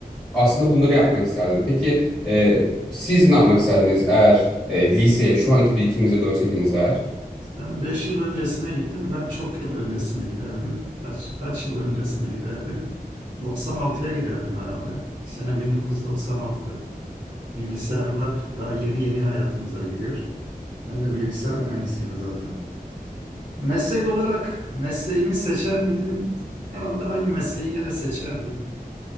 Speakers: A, in the centre; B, on the right (about 40°).
A: aslında bunları yapmak isterdim. Peki e, siz ne yapmak isterdiniz eğer e, liseye şu anki birikiminize dönseydiniz eğer?
B: sen beş yıl öncesine gittin, ben çok yıl öncesine giderdim. Kaç, kaç yıl öncesine giderdim? 96'ya giderdim herhalde. Sene 1996. Bilgisayarlar daha yeni yeni hayatımıza giriyor. Ben de bilgisayar mühendisiyim zaten. Meslek olarak mesleğimi seçer miydim? Herhalde aynı mesleği gene seçerdim.